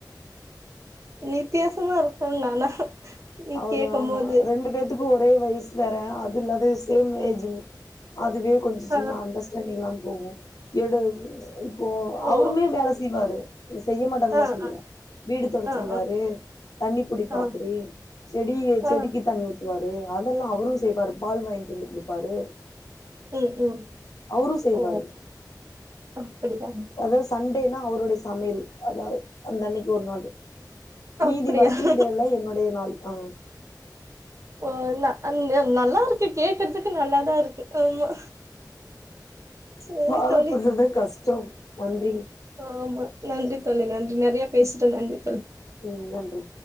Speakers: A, on the right (about 45°); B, on the left (about 55°).
A: வித்தியாசமா இருக்குங் ஆனா நீ
B: அவரு
A: கேக்கும்
B: ஆம்மா
A: போது
B: ரெண்டு பேத்துக் கு ஒரே வய்சு வேற அது இல்லாத சேம் ஏஜ்ஜு அதுவே கொஞ்ச
A: ஆ
B: சின்ன அண்டஸ்டாண்டிங் இல்லாம போவு எடு <unintelligible> இப்போ
A: ஓ
B: அவருமே வேல செய்வாரு செய்ய மாட்டன்ல்லா
A: ஆ
B: சொல்லல
A: ஆ
B: வீடு தொடைச்சிவுடுவாரு
A: ஆ ஆ
B: தண்ணி புடிப்பாப்டி
A: ஆ
B: செடி செடிக்கு
A: ஆ
B: தண்ணி ஊத் துவாரு அதெல்லா அவரு செய்வாரு பால் வாங்ட்டு வந்து குடுப்பாரு
A: ம் ம்
B: அவரு செய்வாரு
A: ஓ அப்படியா
B: அதாவ் சண்டேனா அவரோடைய ச மையல் அதாவ அந்த அன்னைக் ஒரு நாளு மீதி
A: அப்படியா
B: ஒர்க்கிங் டேல என்னோடைய நாள் அ
A: ஓ ந ந த நல்லா இருக்கு கேக்கற்துக்கு நல்லாதா இருக்கு ஆமா சேரி
B: ஃபாலோ
A: தோலி
B: பண்றது கஷ்டம் நன்றிங்
A: ஆம்மா நன்றி தோலி நன்றி நெறைய பேசிட்டோ நன்றி தோலி
B: ம் நன்றி